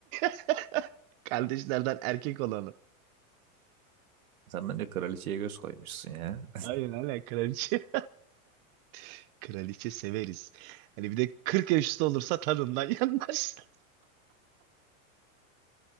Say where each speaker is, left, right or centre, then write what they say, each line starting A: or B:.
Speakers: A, on the right; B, on the right.
A: <laughs> kardeşlerden erkek olanı.
B: Sen bence kraliçeye göz koymuşsun ya.
A: Aynen aynen kraliçe. <laughs> Kraliçe severiz. Hani bir de 40 yaş üstü olursa tadından yanmaz.